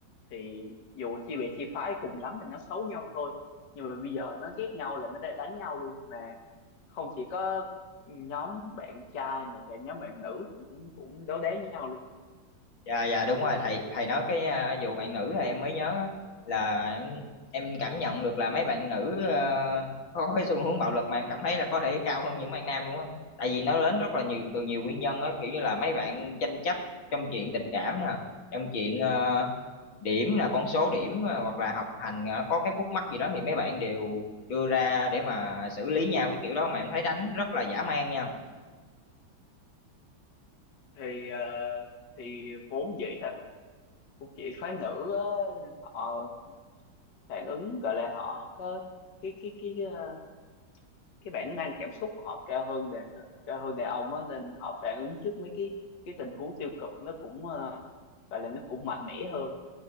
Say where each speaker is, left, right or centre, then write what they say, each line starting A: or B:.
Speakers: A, on the left; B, on the left.
A: thì dù chia bè chia phái cùng lắm thì nó xấu nhau thôi nhưng mà bây giờ nó ghét nhau là nó đã đánh nhau luôn mà không chỉ có nhóm bạn trai mà cả nhóm bạn nữ cũng cũng đấu đá với nhau luôn
B: Dạ dạ đúng rồi thầy thầy nói cái ờ, vụ bạn nữ là em mới nhớ á, là em em cảm nhận được là mấy bạn nữ ờ, có cái xu hướng bạo lực mà em cảm thấy là có thể cao hơn những bạn nam luôn á. Tại vì nó đến rất là nhiều từ nhiều nguyên nhân á kiểu như là mấy bạn tranh chấp trong chuyện tình cảm nè, trong chuyện ờ, điểm là con số điểm à, hoặc là học hành à, có cái khúc mắc gì đó thì mấy bạn đều đưa ra để mà xử lý nhau cái kiểu đó mà em thấy đánh rất là dã man nha
A: thì ờ, thì vốn dĩ là vốn dĩ phái nữ á, họ phản ứng gọi là họ có cái cái cái, ờ, cái bản năng cảm xúc của họ cao hơn đàn ờ, cao hơn đàn ông á nên họ phản ứng trước mấy cái cái tình huống tiêu cực nó cũng ờ, gọi là nó cũng mạnh mẽ hơn